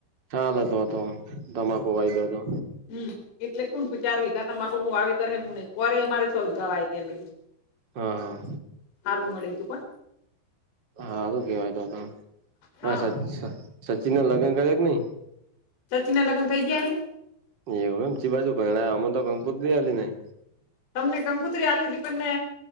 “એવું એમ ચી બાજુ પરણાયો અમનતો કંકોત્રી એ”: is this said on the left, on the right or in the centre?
Right